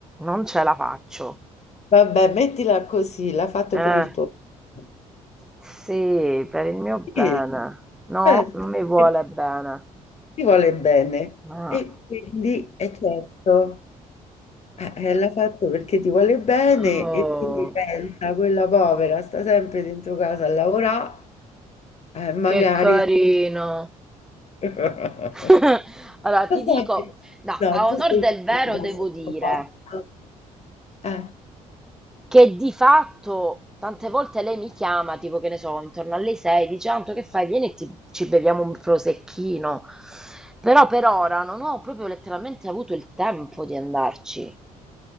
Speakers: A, in the centre; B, on the left.
A: non ce la faccio.
B: Vabbè, mettila così, l'ha fatto
A: Eh,
B: per il tuo bene.
A: sì, per il mio
B: Sì,
A: bene. No,
B: certo,
A: non mi vuole
B: che
A: bene.
B: ti vuole bene.
A: Ma...
B: E quindi è certo, eh, eh, l'ha fatto perché ti vuole bene
A: Oh,
B: e quindi pensa, quella povera sta sempre dentro casa a lavorare, eh, magari...
A: che carino.
B: <laughs>
A: <laughs>
B: Lo
A: Allora, ti dico,
B: sai che-
A: no,
B: No,
A: a
B: tu
A: onor
B: sei...
A: del vero
B: figa,
A: devo
B: sono
A: dire
B: fatta. Eh,
A: che di fatto tante volte lei mi chiama, tipo che ne so, intorno alle 6, dice Anto, che fai? Vieni e ti- ci beviamo un prosecchino. Però per ora non ho proprio letteralmente avuto il tempo di andarci.